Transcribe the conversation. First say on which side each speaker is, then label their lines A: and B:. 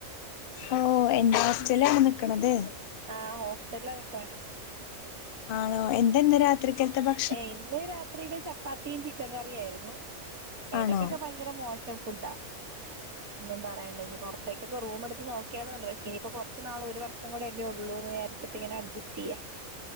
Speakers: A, on the left; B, on the right.
A: ഓ എ ഹോസ്റ്റലാണ് നിക്കണത്.
B: ആഹ് ഹോസ്റ്റ്ല്ലാ നിക്കണേ.
A: ആണോ എന്തെന്ന് രാ ത്രിക്കെന്താ ഭ
B: ഏ ഇന്ന് രാത്രിയില് ചപ്പാത്തിയും ചിക്കൻ കറിയായിരുന്നു. ഇടക്കൊക്കെ
A: ആണോ
B: ഭയ ങ്കര മോശം ഫുഡാ. ഒന്നും പറയണ്ട ഇനി പുറത്തേക്കൊക്കെ റൂമ്ട്ത്ത് നോക്കിയാലോന്നുണ്ട് പക്ഷേ ഇനിയിപ്പോ കുറച്ച് നാള് ഒരു വർഷം കൂടെയല്ലേ ഉള്ളൂന്ന് വിചാരിച്ചിട്ട്. റ്റിങ്ങനെ അഡ്ജസ്റ്റെയ്യാ.